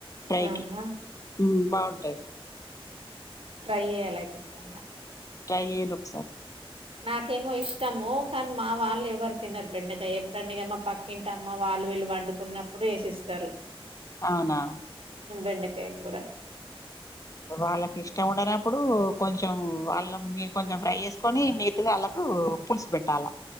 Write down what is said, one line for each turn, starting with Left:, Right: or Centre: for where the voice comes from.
Left: ట్రైకి
Right: అవునా?
Left: ఉమ్ బాఉంటది
Right: ట్రైే ఏయాలయితే ఎప్ డన్న
Left: ట్రై ఏయండ్రి ఒక్ సారి
Right: నాకేమో ఇష్టము కానీ మా వాళ్ళు ఎవరు తినరు. బెండకా ఎప్పుడన్న ఇగ మా పక్కింటి అమ్మ వాళ్ళ వాల్లువీళ్ళు వండుకున్నప్పుడు వేసిస్తారు.
Left: అవునా
Right: బెండకాయ కూర
Left: వాళ్ళకి ఇష్టం ఉండనప్పుడు కొంచెం వాళ్ళ మీరు కొంచెం ఫ్రై చేసుకొని మీరు వాళ్ళకు పులుసు పెట్టాల